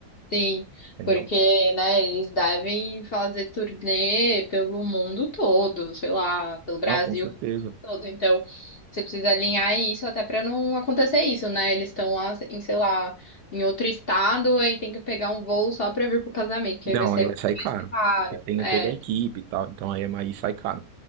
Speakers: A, on the left; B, on the right.
A: Sim,
B: entendeu?
A: porque, né, eles devem fazer turnê pelo mundo todo, sei lá, pelo Brasil
B: Não, com certeza.
A: todo. Então, você precisa alinhar isso até para não acontecer isso, né? Eles estão lá em, sei lá, em outro estado e tem que pegar um voo só para vir pro casamento, que
B: Não,
A: aí vai ser
B: aí vai sair
A: mais
B: caro,
A: caro.
B: porque tem
A: É,
B: toda a equipe e tal, então aí, é, aí sai caro,